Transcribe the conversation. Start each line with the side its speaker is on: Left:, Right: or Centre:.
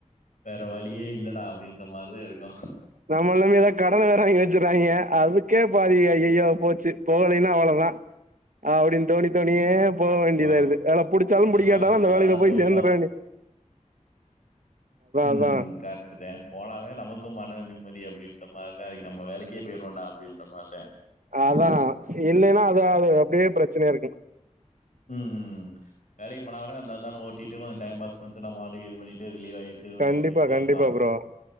Left: வேற வழியே இல்லடா அப்டின்ற மாரிதா இருக்கு
Right: நம்மல நம்பி எதோ கடன வேற வாங்கி வச்சுறாங்க அதுக்கே பாதியே ஐய யோ போச்சு போகலைன்னா அவ்ளோவுதா அப்டினு தோனி தோனியே போக
Left: ஆமா.
Right: வேண்டியதா இருக்கு வேல புடிச்சாலு
Left: இந்த
Right: புடிக்காட்ணாலு
Left: மாரி இருக்கும்.
Right: அந்த
Left: அதனால
Right: வேலயில போய் சேந்துற
Left: தான்
Right: வேண்டியது தா
Left: ம்
Right: அதான்
Left: கரட்டுத போனாவே நமக்கு மன நிம்மதி அப்டினு அந்த மாரி தே அது நம்ம வேலைக்கே போய்டுவோண்டா அப்டின்ற மாரி தா
Right: அதா இல்லேன்னா அது அது அப்டியே பிரச்சனையா இருக்கு
Left: ம்ம் வேலக்கு போனா கூட அந்தந்தானே ஓட்டிட்டு கொஞ்சோ ம் டாயம்பாஸ் பண்ணிட்டு இ பண்ணிட்டு ரிலீவ் ஆகிட்டு பண்ணி
Right: கண்டிப்பா
Left: போயிட்ட
Right: கண்டிப்பா
Left: இருக்கலா
Right: ப்ரோ